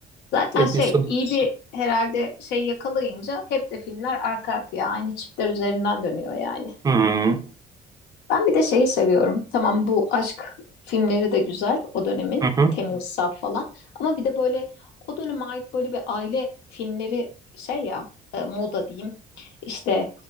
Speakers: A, on the left (about 85°); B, on the right (about 20°).
A: Zaten
B: Edison.
A: şey iyi bir herhalde şey yakalayınca hep de filmler arka arkaya aynı çiftler üzerinden dönüyor yani.
B: Hmm.
A: Ben bir de şeyi seviyorum. Tamam bu aşk filmleri de güzel o dönemin
B: Hı hı.
A: temiz saf falan. Ama bir de böyle o döneme ait böyle bir aile filmleri şey ya e, moda diyeyim. İşte